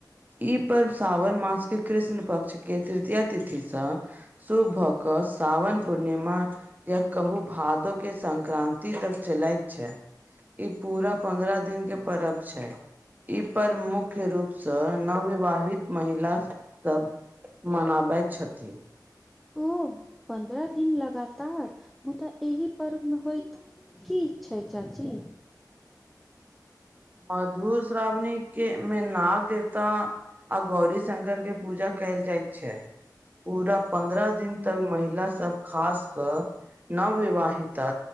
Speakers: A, on the right (about 25°); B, in the centre.
A: ई पर्व सावन मास के कृष्ण पक्ष के तृतीया तिथिसँ- शुभ भऽ कऽ साावन पूर्णिमा- या कहु भादो के संक्रान्ति तक चलैत छै। ई पूरा पन्द्रह दिन के परब छै। ई पर्व मुख्य रूपसँ नवविवाहित महिला सब तब। मनाबैत छथि।
B: ओह पन्द्रह दिन लगातार मुदा एहि पर्वमे होइत- की छै चाची-
A: मधुश्रावणी के मे नाग देवता- आ गौरी शंकर के पूजा कैल जाइत छै। पूरा पन्द्रह दिन तक महिला सब खास कऽ नवविवाहिता